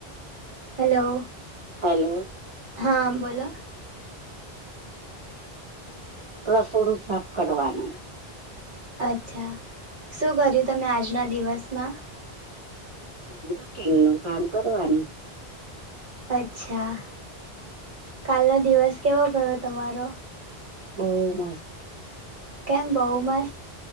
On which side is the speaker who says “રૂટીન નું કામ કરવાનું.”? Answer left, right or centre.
Right